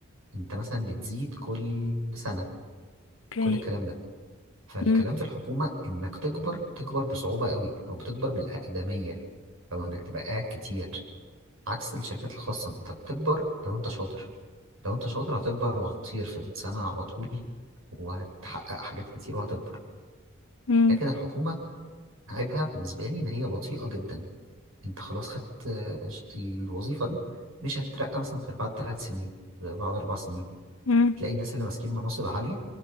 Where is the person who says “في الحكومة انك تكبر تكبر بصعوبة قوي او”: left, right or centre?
Right